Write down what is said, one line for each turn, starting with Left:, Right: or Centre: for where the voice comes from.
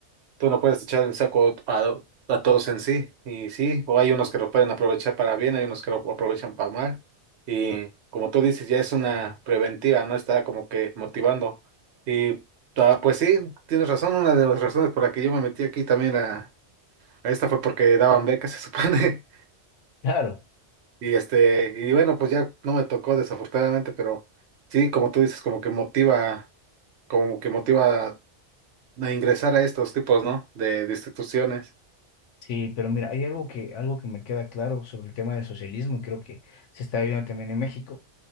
Right: Tú no puedes echar el saco a, a todos en sí, y sí, o hay unos que lo pueden aprovechar para bien, hay unos que lo aprovechan para mal, y como tú dices, ya es una preventiva, ¿no? Está como que motivando. Y ah, pues sí, tienes razón, una de las razones por la que yo me metí aquí también a, a esta fue porque daban becas, se supone,
Left: claro.
Right: <laughs> y este, y bueno, pues ya no me tocó desafortunadamente, pero sí, como tú dices, como que motiva, como que motiva a, a ingresar a estos tipos, ¿no? De, de instituciones.
Left: Sí, pero mira, hay algo que, algo que me queda claro sobre el tema del socialismo, y creo que se está viendo también en México.